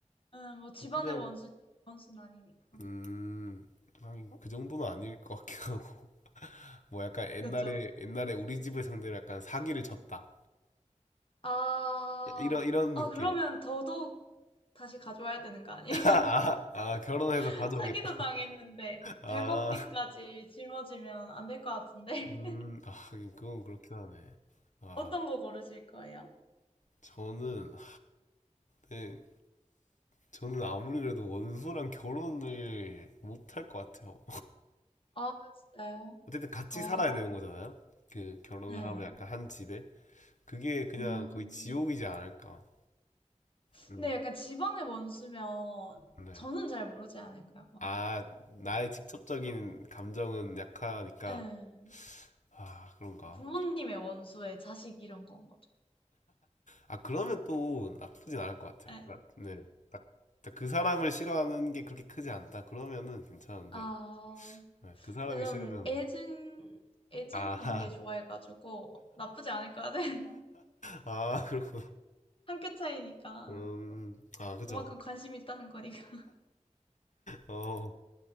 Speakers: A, on the left; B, on the left.
A: 음, 뭐 집안의
B: 그냥
A: 원수, 원수는 아니니까.
B: 음, 하긴 그 정도는 아닐 것 같긴 하고. 뭐 약간 옛날에
A: 그렇죠.
B: 옛날에 우리 집을 상대로 약간 사기를 쳤다.
A: 아,
B: 이런 이런
A: 아
B: 느낌.
A: 그러면 더더욱 다시 가져와야 되는 거 아니에요?
B: <laughs> 아, 아 결혼해서
A: <laughs>
B: 가져오겠다.
A: 사기도 당했는데
B: 아,
A: 100억비까지 짊어지면 안 될 것 같은데.
B: 음,
A: <laughs>
B: 아, 하긴 그건 그렇긴 하네. 아,
A: 어떤 거 고르실 거예요?
B: 저는 아, 네, 저는 아무리 그래도 원수랑 결혼을 못할 것 같아요.
A: 아, 진짜요?
B: 어쨌든 같이
A: 어,
B: 살아야 되는 거잖아요. 그 결혼을
A: 네.
B: 하면 약간 한 집에 그게 그냥
A: 음,
B: 거의 지옥이지 않을까. 음,
A: 근데 약간 집안의 원수면
B: 네.
A: 저는 잘 모르지 않을까요? 막.
B: 아, 나의 직접적인 감정은 약하니까.
A: 네.
B: 아, 그런가.
A: 부모님의 원수에 자식 이런 건 거죠.
B: 아, 그러면 또 나쁘진 않을 것 같아요.
A: 네.
B: 그러니까, 네. 딱, 딱그 사람을 싫어하는 게 그렇게 크지 않다. 그러면은 괜찮은데.
A: 아.
B: 네, 그 사람이
A: 근데 전
B: 싫으면,
A: 애증, 애증
B: 아,
A: 관계 좋아해가지고 나쁘지 않을 것 같아. <laughs>
B: <laughs> 아, 그렇군.
A: 한 끗 차이니까.
B: 음, 아, 그죠.
A: 그만큼 관심이 있다는 거니까.
B: 어,